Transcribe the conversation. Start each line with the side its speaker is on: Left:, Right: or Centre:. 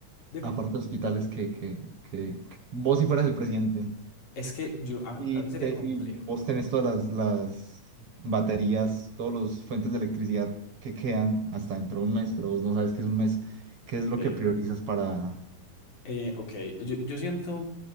Left: Dime.
Right: aparte de hospitales que, que, que, que vos si fueras el presidente
Left: Es que yo, a-
Right: y,
Left: para mí sería
Right: te,
Left: complejo.
Right: y vos tenés todas las, las baterías, todos los fuentes de electricidad que quedan hasta dentro de un mes, pero vos no sabes qué es un mes, qué
Left: Ok.
Right: es lo que priorizas para...
Left: Eh, ok, yo, yo siento